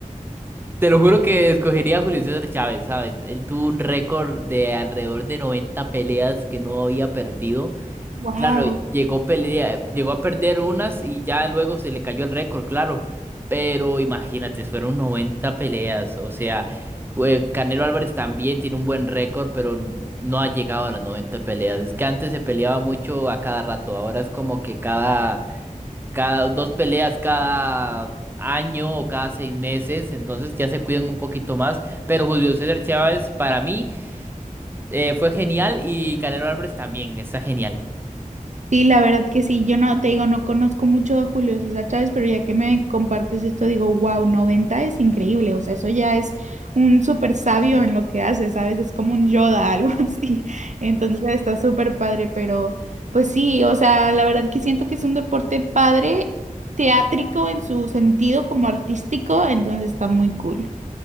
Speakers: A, on the right (about 15°); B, on the right (about 60°).
A: te lo juro que escogería a Julio César Chávez, ¿sabes? Él tuvo un récord de alrededor de 90 peleas que no había perdido.
B: Wow.
A: Claro, llegó, pelea, llegó a perder unas y ya luego se le cayó el récord, claro. Pero imagínate, fueron 90 peleas. O sea, jue- Canelo Álvarez también tiene un buen récord, pero no ha llegado a las 90 peleas. Es que antes se peleaba mucho a cada rato. Ahora es como que cada, cada dos peleas cada año o cada seis meses. Entonces ya se cuidan un poquito más. Pero Julio César Chávez, para mí, eh, fue genial y Canelo Álvarez también está genial.
B: Sí, la verdad que sí. Yo no, te digo, no conozco mucho a Julio César Chávez, pero ya que me compartes esto, digo, wow, 90 es increíble. O sea, eso ya es un súper sabio en lo que hace, ¿sabes? Es como un Yoda, <laughs> algo así. Entonces está súper padre, pero pues sí, o sea, la verdad que siento que es un deporte padre, teátrico en su sentido como artístico, entonces está muy cool.